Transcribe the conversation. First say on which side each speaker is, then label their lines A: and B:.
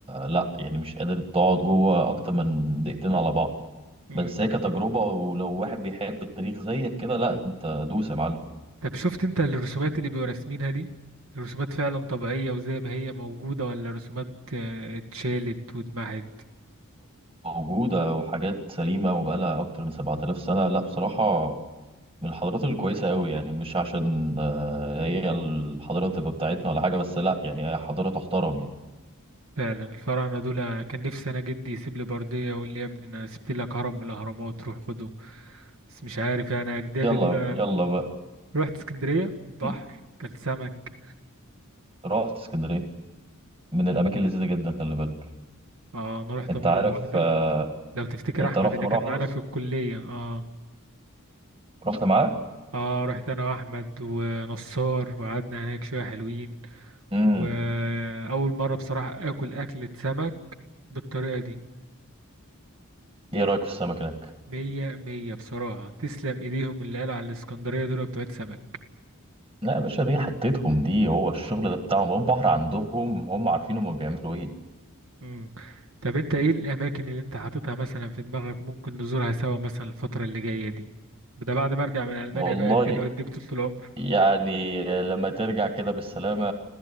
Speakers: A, on the right; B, on the right.
A: لا يعني مش قادر تقعد جوه اكتر من دقيقتين على بعض
B: امم
A: بس هي كتجربه ولو واحد بيحب التاريخ زيك كده لا انت دوس يا معلم
B: طب شفت انت الرسومات اللي بيبقوا راسمينها دي الرسومات فعلا طبيعية وزي ما هي موجودة ولا رسومات آه، اتشالت واتمحت
A: موجوده وحاجات سليمه وبقالها اكتر من 7000 سنه لا بصراحه من الحضارات الكويسة أوي يعني مش عشان آه، هي الحضارة تبقى بتاعتنا ولا حاجة بس لأ يعني هي حضارة تحترم يعني
B: فعلا الفراعنة دول كان نفسي انا جدي يسيب لي بردية ويقول لي يا ابني انا سبت لك هرم من الاهرامات روح خده بس مش عارف يعني اجدادي
A: يلا
B: دول
A: يلا بقى
B: رحت اسكندرية البحر
A: <laughs>
B: كان سمك
A: رحت اسكندرية من الأماكن اللذيذة جدا خلي بالك
B: اه انا رحت
A: أنت
B: مرة
A: عارف
B: واحدة
A: آه،
B: لو تفتكر
A: أنت
B: احمد
A: رحت
B: اللي
A: مرة
B: كان
A: واحدة
B: معانا
A: بس
B: في الكلية اه
A: رحت معاه
B: اه رحت انا واحمد ونصار وقعدنا هناك شويه حلوين
A: امم
B: واول مره بصراحه اكل اكله سمك بالطريقه دي
A: إيه رأيك في السمك هناك؟
B: مية مية بصراحه تسلم ايديهم اللي قالوا على الاسكندريه دول بتوع سمك
A: لا يا باشا دي حتتهم دي هو الشغل ده بتاعهم هو البحر عندهم هم عارفين هم بيعملوا إيه
B: مم. طب انت ايه الاماكن اللي انت حاططها مثلا في دماغك ممكن نزورها سوا مثلا الفتره اللي جايه دي ده بعد ما ارجع من المانيا
A: والله
B: بقى ادينا واديك طول العمر
A: يعني لما ترجع كده بالسلامة